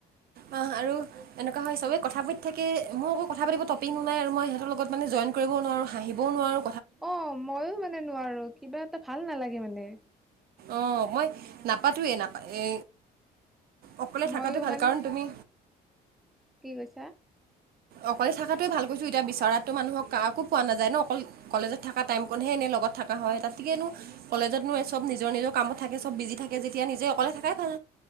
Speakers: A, on the right; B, in the centre.
A: অ', আৰু এনেকুৱা হয় চবেই কথা পাতি থাকে মোৰ আকৌ কথা পাতিব টপিক নোলাই মই সিহঁতৰ লগত মানে জইন কৰিবও নোৱাৰোঁ হাঁহিবও নোৱাৰো।
B: অ মইয়ো মানে নোৱাৰো কিবা এটা ভাল নালাগে মানে।
A: অ মই নাপাতোয়ে নাপা এ অকলে
B: ময়ো
A: থাকাতটো ভাল
B: মানে
A: কাৰণ তুমি
B: কি কৈছা?
A: অকলে থকাতোৱে ভাল কৈছো এতিয়া বিচৰা মানুহক কাকো পোৱা নাযায় ন অকল কলেজত থকা টাইম কন হে লগত থকা হয় তাতকেনো কলেজতনো চব নিজৰ নিজৰ কামত থাকে চব বিজি থাকে যেতিয়া নিজে অকলে থকাই ভাল।